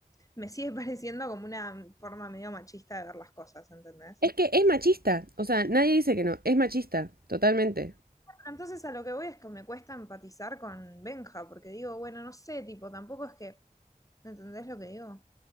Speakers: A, on the left; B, on the right.
A: me sigue <laughs> pareciendo como una forma medio machista de ver las cosas, ¿entendés?
B: Es que es machista, o sea, nadie dice que no, es machista, totalmente.
A: Entonces a lo que voy es que me cuesta empatizar con Benja, porque digo, bueno, no sé, tipo, tampoco es que, ¿entendés lo que digo?